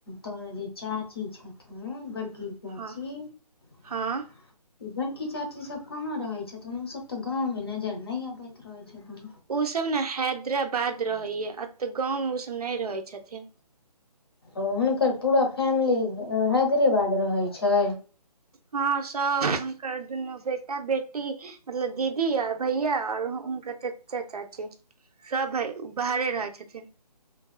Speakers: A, on the left; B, on the right.
A: तोहर जे चाची छौ? हूँ बड़की भौजी-
B: हँ हँ
A: बड़की चाची सब कहाँ रहै छथून ओसब तऽ गाँवमे नजर नै अबैत रहैत छथून?
B: ओ सब ने हैदराबाद रहैय एते गाँव में ओसब नै रहेै छथिन।
A: ओ हुनकर पूरा फैमिली हैदरेबाद रहेै छै?
B: हँ सब आहाँ के दुनो बेटा -बेटी। मतलब दीदी आ भैया और हुँनकर चच्चा -चाची। सब भाय बाहरे रहै छथिन।